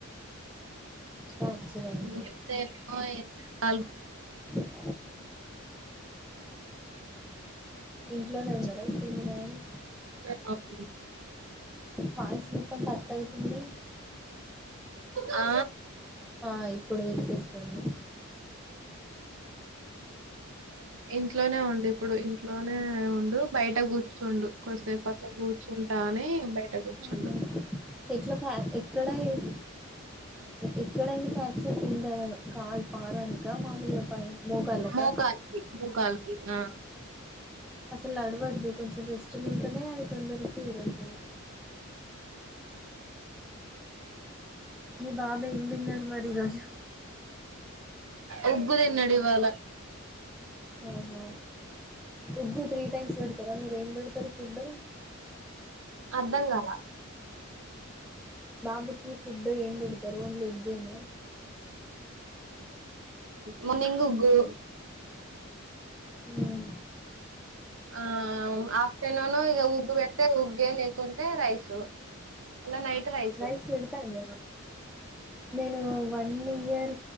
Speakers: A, in the centre; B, on the right (about 65°).
A: ఫ్యాక్చర్ అయింది
B: ఉమ్ చెప్తేనేమో నాలుగు
A: <unintelligible> ఇంట్లోనే ఉన్నరా ఇప్పుడు మీ నాన్న
B: <inaudible>
A: వాయిస్ మొత్తం కట్ అయితుంది
B: ఆ
A: ఆ ఇప్పుడు వినిపిస్తుంది
B: ఇంట్లోనే ఉండు, ఇప్పుడు ఇంట్లోనే ఉండు, బయట గూర్చుండు, కొద్దిసేపు అట్ల కూర్చున్. టాని బయట గూర్చుండు
A: ఆహా ఎట్లా ఫ ఎక్కడైన్ద్ ఎక్కడైంది ఫ్రాక్చర్ కింద కాల్ పాదానికా మామూలుగా పై మోకాలుకా
B: మోకాలికి మోకాలికి ఆ
A: అసలు నడవద్దు కొంచెం రెస్టు లుంటెనే అది తొందర క్యూర్ అయితది మీ బాబు ఏం దిన్నడు మరి ఈరోజు
B: ఉగ్గు దిన్నడు ఇవాల
A: ఆహా ఉగ్గు త్రీ టైమ్స్ వెడతారా, మీరు ఏం పెడతరు ఫుడ్.
B: అర్ధం గాలా
A: బాబుకి ఫుడ్ ఏం బెడతరు ఒన్లీ ఉగ్గేనా
B: మొన్నింగ్ ఉగ్గూ
A: ఉం
B: ఆ ఆఫ్టర్నూను ఈ ఉగ్గు పెడితే ఉగ్గే లేకుంటే రైస్ మళ్ళ నైట్ రైసు
A: రైస్ పెడతారా నేను వన్ ఇయర్